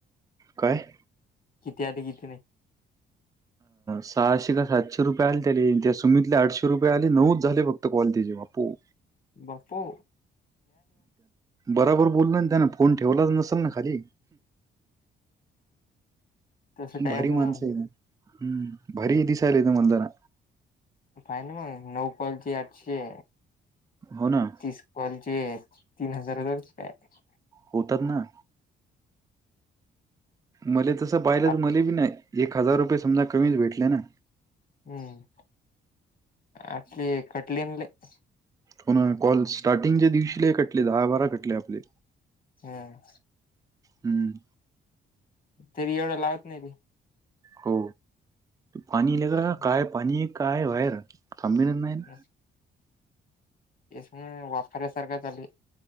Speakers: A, on the right; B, on the left.
A: काय
B: किती आले किती नाही.
A: सहाशे का सातशे रुपये आले त्या त्या सुमीतला आठशे रुपये आले नऊच झाले फक्त कॉल त्याचे बापू.
B: बापो
A: बराबर बोलल ना त्यान फोन ठेवलाच नसेल ना खाली.
B: तसं काय
A: भारी
B: असेल
A: माणसं
B: मग मी
A: आहे हम्म भारी दि चचाल त मंदरा
B: काही नाही मग नऊ कालचे आठशे.
A: हो ना
B: तीस कॉल चे तीन हजार आले होते काय.
A: होतात ना मले तसं पाहिलं
B: आप
A: तर मले बी नाही एक हजार रुपये समजा कमीच भेटले ना.
B: हम्म आली कटले ना लय
A: होण कॉल स्टार्टिंगचे दिवशी कटले दहा बारा कटले आपले.
B: हम्म
A: हम्म
B: तरी एवढं लावत नाही मी
A: हो पाणील
B: ते
A: का काय पाणी काय बाहेर थांबणार नाही. ना.
B: <inaudible> एम वाफऱ्यासारखा चाल